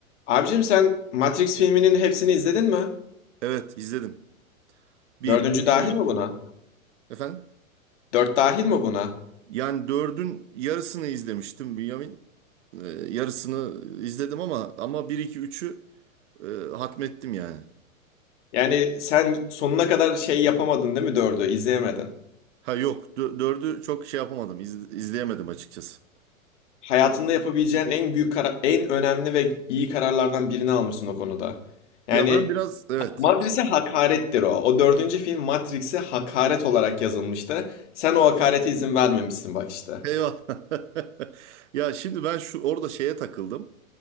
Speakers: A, on the left (about 55°); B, on the right (about 55°).
A: Abicim sen Matrix filminin hepsini izledin mi?
B: Evet izledim. bir
A: Dördüncü
B: 2
A: dahil
B: üç
A: mi buna?
B: Efendim?
A: Dört dahil mi buna?
B: Yani dördün yarısını izlemiştim Bünyamin. Ee, yarısını izledim ama ama bir 2 üçü e, hatmettim yani.
A: Yani sen sonuna kadar şey yapamadın değil mi dördü? İzleyemedin.
B: Ha yok dö- dördü çok şey yapamadım iz- izleyemedim açıkçası.
A: Hayatında yapabileceğin en büyük kara- en önemli ve iyi kararlardan birini almışsın o konuda. Yani
B: Ya ben biraz evet
A: Matrix'e hakarettir o. O dördüncü film Matrix'e hakaret olarak yazılmıştı. Sen o hakarete izin vermemişsin bak işte.
B: eyvallah. <laughs> Ya şimdi ben şu orada şeye takıldım.